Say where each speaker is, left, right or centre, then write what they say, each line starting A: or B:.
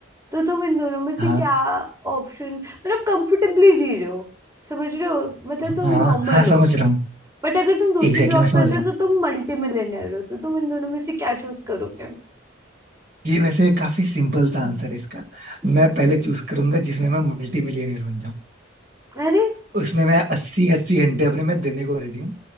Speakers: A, on the right; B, on the right.
A: तो तुम इन दोनों में से
B: हाँ
A: क्या ऑप्शन मतलब कंफर्टेबली जी रहे हो समझ रहे हो मतलब तुम
B: हाँ
A: नॉर्मल
B: हाँ
A: हो
B: समझ रहा हूँ
A: बट अगर तुम दूसरी
B: एग्जैक्टली exactly,
A: जॉब
B: मैं समझ
A: करते
B: रहा
A: हो
B: हूँ
A: तो तुम मल्टी मिलियनर हो तो तुम इन दोनों में से क्या चूज करोगे
B: ये वैसे काफी सिंपल सा आंसर है इसका
A: हम्म,
B: मैं पहले चूज करूंगा जिसमें मैं मल्टी मिलियनर बन जाऊँ
A: अरे
B: उसमें मैं अस्सी अस्सी घंटे अपने मैं देने को रेडी हूँ